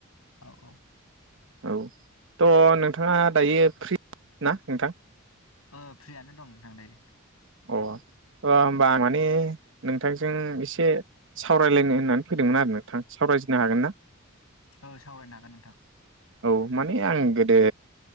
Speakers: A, on the left; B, on the right.
A: औ औ
B: औ थ' नोंथाङा दायो फ्रि ना नोंथां?
A: ओ फ्रियानो दं नोंथां दायो।
B: अ होमबा माने नोंथांजों एसे सावरायलायनो होननानै फैदोंमोन आरो नोंथां। सावरायजनो हागोन ना?
A: ओ सावरायनो हागोन नोंथां।
B: औ माने आं गोदो